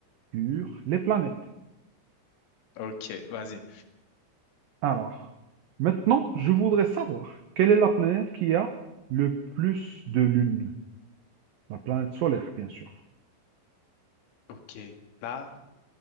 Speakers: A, on the right; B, on the left.
A: sur les planètes.
B: ok, vas-y.
A: Alors, maintenant, je voudrais savoir quelle est la planète qui a le plus de lunes? La planète solaire, bien sûr.
B: Ok, là,